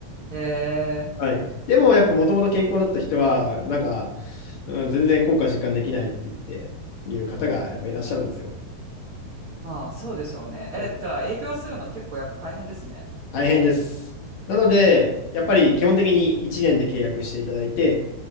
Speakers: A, on the right; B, on the left.
A: へえ
B: はい。でもやっぱもともと健康だった人は、なんか、うん、全然効果実感できないって言って、いう方がやっぱいらっしゃるんですよ。
A: まあ、そうでしょうね。え、
B: はい
A: じゃあ、営業するのは結構やっぱ大変ですね。
B: 大変です。なので、やっぱり基本的に1年で契約していただいて、